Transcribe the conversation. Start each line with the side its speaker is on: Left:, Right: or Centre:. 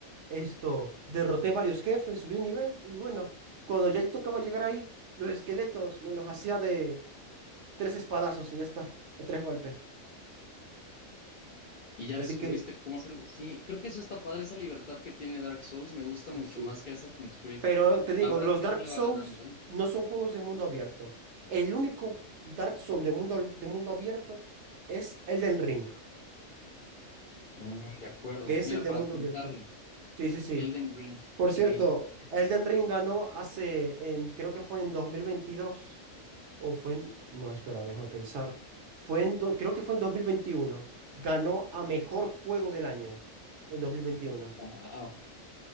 Right: Esto, derroté varios jefes, subí de nivel y bueno, cuando ya tocaba llegar ahí, los esqueletos me los hacía de tres espadazos y ya está, de tres golpes.
Left: Y ya
Right: Así
Left: descubriste
Right: que,
Left: cómo hacerlo. Sí, creo que eso está padre, esa libertad que tiene Dark Souls. Me gusta
Right: sí,
Left: mucho
Right: sí.
Left: más que Assassin's Creed.
Right: Pero te digo,
Left: La verdad
Right: los
Left: es que
Right: Dark
Left: sí le
Right: Souls
Left: va ganando, ¿eh?
Right: no son juegos de mundo abierto. El único Dark Souls de mundo, de mundo abierto es Elden Ring,
Left: Mm, de acuerdo.
Right: que es
Left: Mira,
Right: el de
Left: para
Right: mundo
Left: apuntarlo.
Right: abierto. Sí, sí, sí.
Left: Elden Ring.
Right: Por
Left: Ok.
Right: cierto, Elden Ring ganó hace, en, creo que fue en 2022, o fue en, no, espera, déjame pensar. Fue en, do- creo que fue en 2021. Ganó a mejor juego del año en 2021,
Left: Wow.